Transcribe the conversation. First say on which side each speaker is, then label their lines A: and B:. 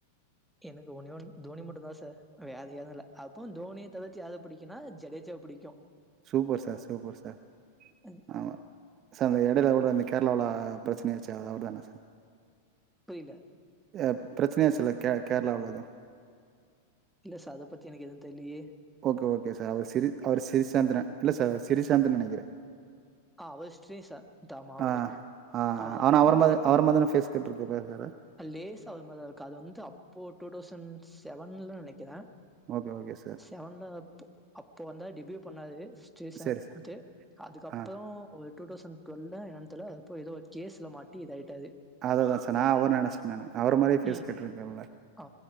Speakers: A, in the centre; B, on the right (about 35°).
A: எனுக்கு ஒன்னே ஒன்னு தோனி மட்டுந்தா சார் வேத யாது இல்ல அப்போ தோணியத் தவிர்த்து யாரப் புடிக்குனா ஜடேஜாவ் புடிக்கு
B: சூப்பர் சார் சூப்பர் சார்
A: ம்,
B: ஆமா சார் அந்த எடையில கூட அன்னைக் கேரளாவுல பிரச்சனையாச்சே அவருதான சார்
A: புரில
B: ஆ பிரச்சனையாச்சில்ல கே கேரளாவ்ல எதோ
A: இல்ல சார் அத பத்தி எனக்கு எது தெர்லியே
B: ஓகே ஓகே சார் அவர் ஸ்ரீ அவர் ஸ்ரீசாந்தன இல்ல சார் ஸ்ரீசாந்துன் நெனைகிறே
A: ஆ அவர் ஸ்ட்ரீம் சார் தாமா ஆகுது
B: ஆ ஆ ஆ
A: அவர் அப்படியே
B: ஆனா அவர மாரி
A: ரொம்ப
B: அவர மாரிதான ஃபேஸ் கட்ருக்கு <unintelligible>
A: லேசா அது மாரிதா இருக்கு அது வந்து அப்போ டூ தௌசண்ட் செவன்ல நெனைக்குறே
B: ஓகே ஓகே சார்
A: தெவன்டா அப்போ அப்போ வந்தா டிபியூ பண்ணாரு ஸ்டேசாந்த்து
B: சரி சார்
A: அதுக்கப்பறோ
B: ஆ
A: ஒரு டூ டவுசண்ட் டுவெல்ல என்னான் தெர்ல அப்போ எதோ ஒரு கேஸ்ல மாட்டி இதாயிட்டாரு
B: அததா சார் நா அவர்ன் நெனச்ட்டே நானு அவர மாரியே ஃபேஸ்
A: ம்.
B: கட்ருக்குல்ல
A: ஆ